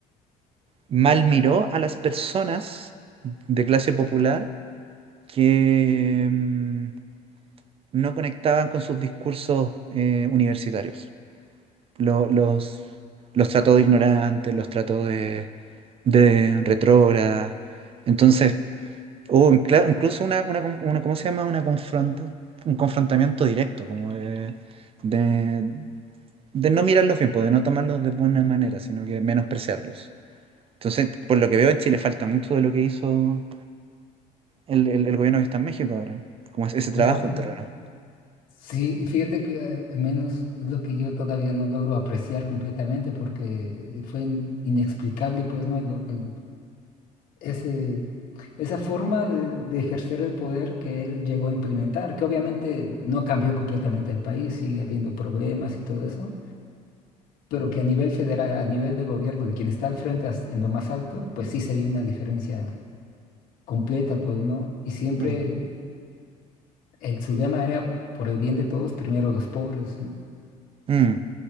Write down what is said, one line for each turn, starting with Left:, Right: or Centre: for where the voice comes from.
Right: mal miró a las personas de clase popular que mm, no conectaban con sus discursos eh, universitarios. Lo- los, los trató de ignorantes, los trató de, de retrógrada. Entonces, hubo incla- incluso una, una, con- una- ¿cómo se llama? Una confronta, un confrontamiento directo, como de, de, de no mirarlos bien, pues, de no tomarlos de buena manera, sino que menospreciarlos. Entonces, por lo que veo, en Chile falta mucho de lo que hizo el, el- el gobierno que está en México ahora, como es- ese trabajo
Left: Claro,
Right: en terreno.
Left: sí, y fíjate que eh, al menos es lo que yo todavía no logro apreciar completamente porque fue in- inexplicable, pues no, el, ese, esa forma de, de ejercer el poder que él llegó a implementar, que obviamente no cambió completamente el país, sigue habiendo problemas y todo eso, pero que a nivel federal, a nivel de gobierno, de quien está al frente as- en lo más alto, pues sí se vio una diferencia completa, pues, ¿no? Y siempre
Right: Mm,
Left: el, su lema era por el bien de todos, primero los pobres, ¿no?
Right: mm,